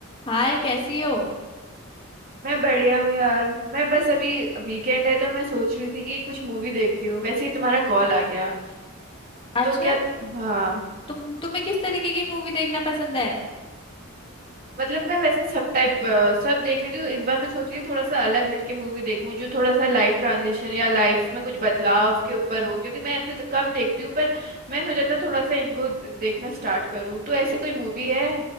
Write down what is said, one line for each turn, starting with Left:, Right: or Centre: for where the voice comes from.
Left: हाय कैसी हो
Right: मैं बढ़िया हूँ यार मैं बस अभी वीकेंड है तो मैं सोच रही थी कि कुछ मूवी देखती हूँ वैसे ही तुम्हारा कॉल आ गया
Left: अच्छा
Right: तो क्या हाँ
Left: तुम तुम्हें किस तरीके की मूवी देखना पसंद है
Right: मतलब मैं वैसे सब टाइप अ, सब देख लेती हूँ इस बार मैं सोच रही हूँ थोड़ा सा अलग हटके मूवी देखूँ जो थोड़ा सा लाइफ ट्रांजिशन या लाइफ में कुछ बदलाव के ऊपर हो क्योंकि मैं ऐसे कम देखती हूँ पर मैं सोचा था थोड़ा सा इनको द- देखना स्टार्ट करूँ तो ऐसी कोई मूवी है